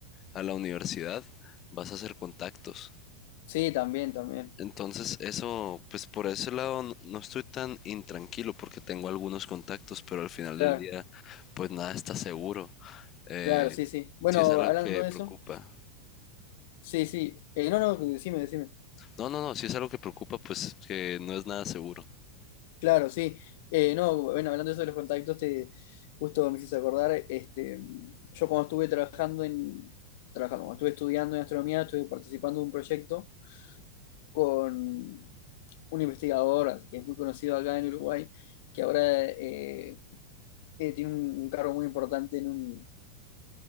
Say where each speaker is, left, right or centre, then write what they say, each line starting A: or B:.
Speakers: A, on the left (about 20°); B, on the left (about 45°).
A: a la universidad vas a hacer contactos.
B: Sí, también, también.
A: Entonces, eso, pues por ese lado no no estoy tan intranquilo porque tengo algunos contactos, pero al final
B: Claro,
A: del día, pues nada está seguro. Eh,
B: claro, sí, sí. Bueno,
A: si es algo
B: hablando
A: que
B: de
A: preocupa.
B: eso, sí, sí. Eh, no, no, decime, decime.
A: No, no, no, si es algo que preocupa, pues que no es nada seguro.
B: Claro, sí. Eh, no, bueno, hablando de eso de los contactos, te, justo me hiciste acordar, este, yo cuando estuve trabajando en, trabajando, cuando estuve estudiando en astronomía, estuve participando de un proyecto con un investigador que es muy conocido acá en Uruguay, que ahora eh, eh, tiene un, un cargo muy importante en un,